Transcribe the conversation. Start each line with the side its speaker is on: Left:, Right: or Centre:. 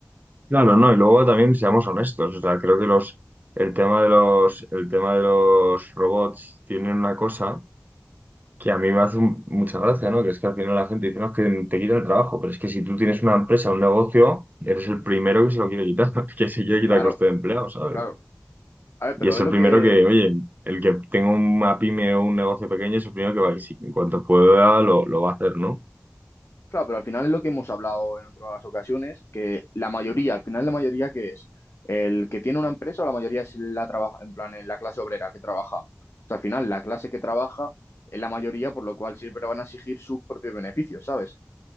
Right: Claro, no, y luego también seamos honestos, o sea, creo que los, el tema de los, el tema de los robots tienen una cosa. Que a mí me hace un- mucha gracia, ¿no? Que es que al final la gente dice, no, es que te quitan el trabajo, pero es que si tú tienes una empresa, un negocio, eres el primero que se lo quiere quitar, <laughs> que se quiere
Left: Claro,
Right: quitar coste de empleo, ¿sabes?
Left: claro. A ver,
Right: Y
Left: pero
Right: es
Left: es
Right: el
Left: lo
Right: primero
Left: que
Right: que, oye, el que tenga una pyme o un negocio pequeño es el primero que va a ir, si- en cuanto pueda, lo, lo va a hacer, ¿no?
Left: Claro, pero al final es lo que hemos hablado en otras ocasiones, que la mayoría, al final la mayoría que es el que tiene una empresa o la mayoría es la trabaja, en plan, en la clase obrera que trabaja. O sea, al final la clase que trabaja es la mayoría, por lo cual siempre van a exigir sus propios beneficios, ¿sabes?